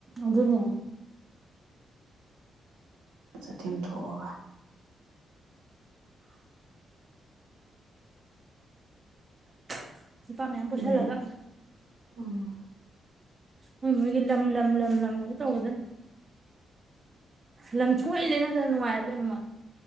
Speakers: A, on the right (about 35°); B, on the right (about 80°).
A: ꯑꯗꯨꯅꯦ꯫
B: ꯆꯥ ꯇꯦꯝ ꯊꯣꯛꯒ꯫
A: <inaudible> ꯅꯨꯄꯥ ꯃꯌꯥꯝ ꯄꯣꯁꯤꯜꯂꯒ꯫
B: ꯑꯗꯩ ꯎꯝ
A: ꯃꯣꯏ ꯃꯣꯏꯒꯤ ꯂꯝ ꯂꯝ ꯂꯝ ꯂꯝꯅ ꯇꯧꯕꯗ ꯂꯝ ꯁꯨꯡꯂꯩ ꯂꯩꯅꯗꯅ ꯅꯨꯡꯉꯥꯏꯔꯦ ꯀꯅꯣ ꯃꯣꯏ꯫